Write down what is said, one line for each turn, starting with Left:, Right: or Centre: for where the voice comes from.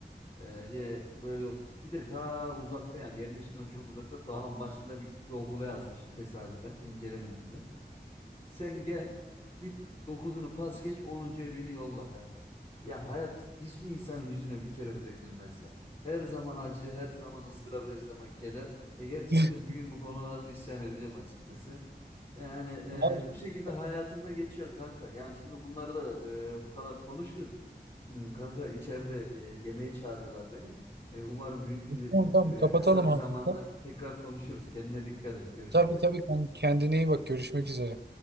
Left: Ee, diye böyle ot- bir de ta uzakta yani yerleşimden çok uzakta dağın başında bir, bir okula yazmışım tesadüfen incelemedim de. Sen gel git dokuzunu pas geç 10'uncuya beni yolla kanka. Ya hayat hiçbir insanın yüzüne bir kere bile gülmez ya. Her zaman acı, her zaman ızdırap, her zaman keder. E gerçekten
Right: <laughs>
Left: bir gün bu konularda isyan edeceğim açıkçası. Yani e,
Right: Vallahi.
Left: bu şekilde hayatımda geçiyor kanka. Yani şimdi bunları da e, bu kadar konuştuk. Hmm, Kanka içeride e, yemeğe çağırıyorlar beni. E, umarım büyük bir
Right: Tamam tamam kapatalım
Left: e, kısa bir
Right: hafiften.
Left: zamanda tekrar konuşuruz. Kendine dikkat et. Görüşürüz.
Right: Tabii tabii kanka, kendine iyi bak görüşmek üzere.